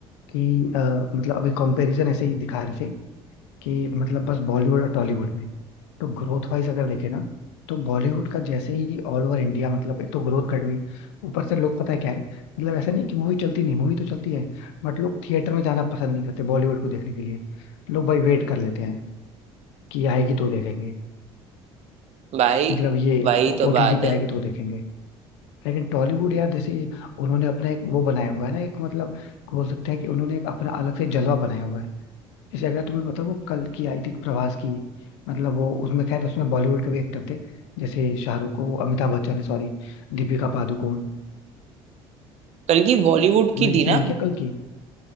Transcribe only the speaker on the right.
भाई
वही तो
बात
है
कल की बॉलीवुड
की
थी ना